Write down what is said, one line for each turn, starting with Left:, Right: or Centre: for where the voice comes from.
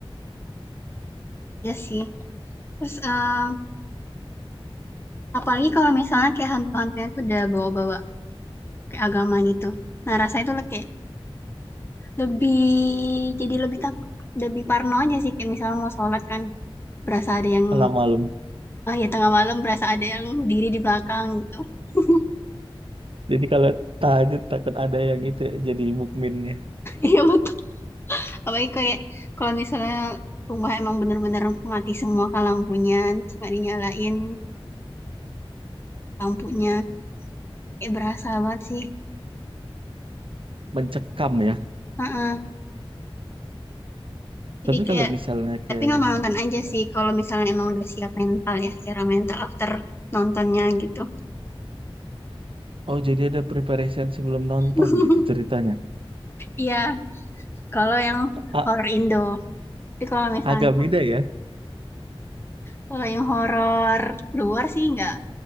Left: ya sih. Terus eh, apalagi kalau misalnya kayak hantu-hantunya tuh udah bawa-bawa kayak agama gitu. Nah, rasanya tuh kayak lebih jadi lebih takut, lebih parno aja sih kayak misalnya mau sholat kan berasa ada yang
Right: tengah malam
Left: oh ya tengah malam berasa ada yang berdiri di belakang gitu. <laughs>
Right: jadi kalau tahajud takut ada yang itu jadi mukminnya
Left: Iya betul. apalagi kayak kalau misalnya rumah emang bener-bener mati semua kan lampunya terus nggak dinyalain lampunya kayak berasa banget sih
Right: mencekam ya
Left: Heeh. jadi
Right: tapi
Left: kayak
Right: kalau misalnya kayak
Left: tapi nonton-nonton aja
Right: apa
Left: sih
Right: tuh?
Left: kalau misalnya emang udah siap mental ya secara mental after nontonnya gitu
Right: oh jadi ada preparation sebelum nonton
Left: <laughs>
Right: gitu ceritanya
Left: iya kalau yang
Right: A-
Left: horor Indo tapi kalau misalnya
Right: agak beda ya
Left: kalau yang horor luar sih nggak